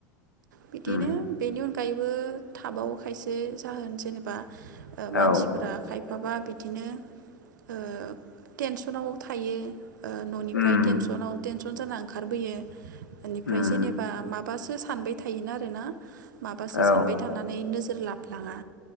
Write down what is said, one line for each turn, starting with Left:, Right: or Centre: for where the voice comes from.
Right: बिदिनो
Left: उम
Right: बेनि अन गायैबो थाबावो खायसे जाहोन जेनेबा ओ मानसिफोरा
Left: औ
Right: खाय फाबा बिदिनो ओ टेनसनाव थायो ओ न'निफ्राय
Left: उम
Right: टेनसनाव टेन सन जाना ओंखारबोयो इनिफ्राय
Left: उम
Right: जेनेबा माबासो सा सानबाय थायोना आरोना। माबासो
Left: औ
Right: सानबाय थानानै नो जोर लाफलाङा।